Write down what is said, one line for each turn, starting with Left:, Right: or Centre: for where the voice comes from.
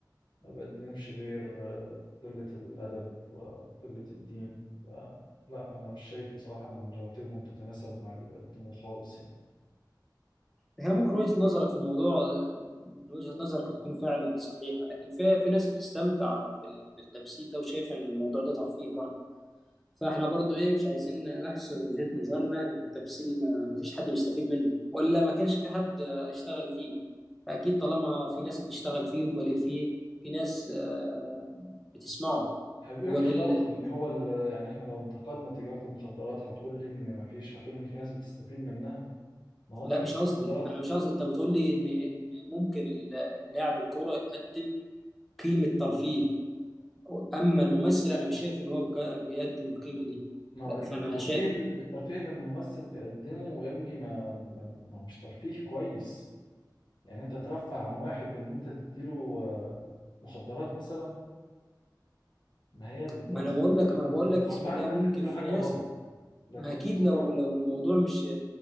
Left: ما بيقدمش غير آه، قلة الأدب وقلة الدين ف- لا أنا مش شايف بصراحة إن رواتبهم تتناسب مع اللي بيقدموه خالص يعني
Centre: هي ممكن وجهة نظرك في الموضوع آه، من وجهة نظرك تكون فعلا صحيحة لكن في في ناس بتستمتع بال- بالتمثيل ده وشايفة إن الموضوع ده ترفيه برضه فاحنا برضو ايه مش عايزين نحصر وجهة نظرنا ان التمثيل ما ما فيش حد بيستفيد منه ولا ما كانش في حد آه، اشتغل فيه فاكيد طالما في ناس بتشتغل فيه يبقى ليه فيه في ناس آه، بتسمعه
Left: حبيبي
Centre: هو
Left: مش
Centre: ده اللي...
Left: شرط <laughs> يعني هو ال- يعني احنا لو انتقدنا تجارة المخدرات هتقول لي ان مفيش هتقول ان في ناس بتستفيد منها ما هو تجارة
Centre: لا مش قصدي
Left: المخدرات
Centre: انا مش قصدي انت بتقول لي ان ان ممكن ال- لاعب الكوره يقدم قيمه ترفيه اما الممثل انا مش شايف ان هو بك- بيقدم القيمه دي
Left: ما هو
Centre: لا
Left: الترفيه
Centre: فانا شايف
Left: الترفيه اللي الممثل بيقدمه يا ابني ما ما ما هو مش ترفيه كويس يعني انت ترفه عن واحد بان انت تديله آه، مخدرات مثلا ما هي التمثيل
Centre: ما انا بقول لك
Left: انت
Centre: ما انا بقول
Left: بترفه
Centre: لك اسم
Left: عنه
Centre: ده
Left: بان
Centre: ممكن
Left: انت تديله
Centre: في
Left: حاجه
Centre: ناس
Left: غلط لكن
Centre: ما اكيد
Left: الكوره
Centre: لو لو الموضوع مش